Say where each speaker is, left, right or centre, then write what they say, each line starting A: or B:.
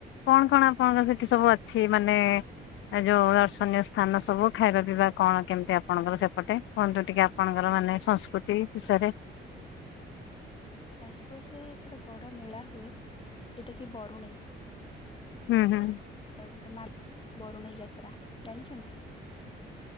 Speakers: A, on the left; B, on the left.
A: କଣ କଣ ଆପଣଙ୍କ ସେଠି ସବୁ ଅଛି ମାନେ ଏ ଯେଉ ଦର୍ଶନୀୟ ସ୍ଥାନ ସବୁ ଖାଇବା ପିଇବା କଣ କେମିତି ଆପଣଙ୍କର ସେପଟେ? କୁହନ୍ତୁ ଟିକେ ଆପଣଙ୍କର ମାନେ ସଂସ୍କୃତି ବିଷୟରେ।
B: ଯାଜପୁର ରେ ଗୋଟେ ବଡ ମେଳା ହୁଏ ଜଉଟାକି ବରୁଣେଇ।
A: ହୁଁ ହୁଁ।
B: ଆଉ ଜଉଟା ମା ବରୁଣେଇ ଯାତ୍ରା। ଜାଣିଛନ୍ତି